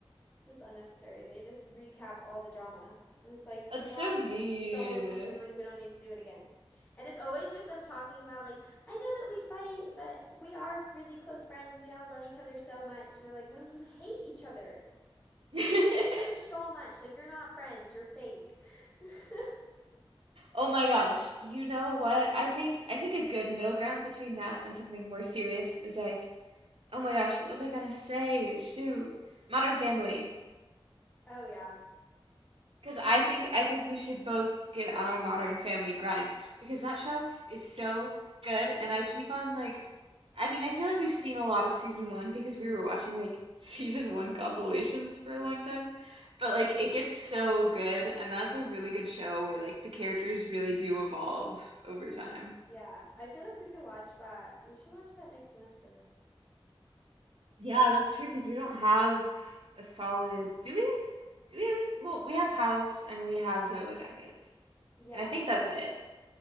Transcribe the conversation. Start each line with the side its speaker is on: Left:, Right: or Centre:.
Left: Just unnecessary. They just recap all the drama and it's like
Right: That's
Left: we watched
Right: so mean.
Left: the whole season like we don't need to do it again. And it's always just them talking about like I know that we fight, but we are really close friends. We all love each other so much. And I'm like, "No, you hate each other."
Right: <laughs>
Left: You hate each other so much. Like, you're not friends. You're fake. <laughs>
Right: Oh my gosh. You know what? I think I think a good middle ground between that and something more serious is like Oh my gosh, what was I gonna say? Shoot. Modern Family.
Left: Oh, yeah.
Right: Because I think I think we should both get on our Modern Family grind because that show is so good and I keep on like I mean, I feel like we've seen a lot of season one because we were watching like <laughs> season one compilations for a long time. But like it gets so good and that's a really good show where like the characters really do evolve over time.
Left: Yeah. I feel like we could watch that. We should watch that next semester.
Right: Yeah, that's true because we don't have a solid. Do we? Do we have? Well, we have House and we have Yellow Jackets,
Left: Yeah.
Right: and I think that's it.